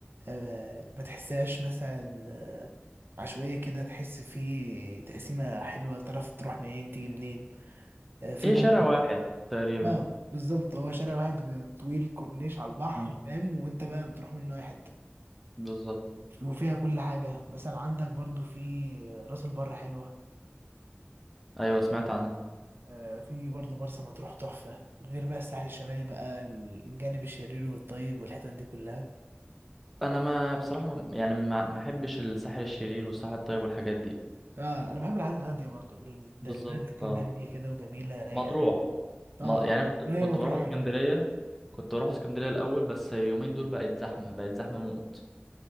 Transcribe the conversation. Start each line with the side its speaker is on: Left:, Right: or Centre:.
Right: آه، ما تحسهاش مثلا آه، عشوائيه كده تحس فيه تقسيمه حلوه تعرف تروح منين تيجي منين آه، في
Centre: هي
Right: برضه
Centre: شارع واحد تقريبا
Right: اه بالظبط هو شارع واحد طويل كورنيش على البحر
Centre: مم.
Right: فاهم وانت بقى بتروح منه اي حته
Centre: بالظبط
Right: وفيها كل حاجه مثلا عندك برضو في راس البر حلوه
Centre: ايوه سمعت عنها
Right: آه، في برضه مرسى مطروح تحفة غير بقى الساحل الشمالي بقى الجانب الشرير والطيب والحتت دي كلها
Centre: انا ما بصراحه ما يعني ما ما احبش الساحل الشرير والساحل الطيب والحاجات دي
Right: اه انا بحب الحاجات الهادية برضه ال-
Centre: بالظبط
Right: ده البلد تكون
Centre: اه
Right: هادية كده وجميلة رايقة
Centre: مطروح
Right: اه
Centre: ما يعني أنا كنت
Right: وهي
Centre: كنت
Right: مطروح
Centre: بروح اسكندرية
Right: حرفيا
Centre: كنت بروح اسكندرية الأول بس يومين دول بقت زحمة بقت زحمة موت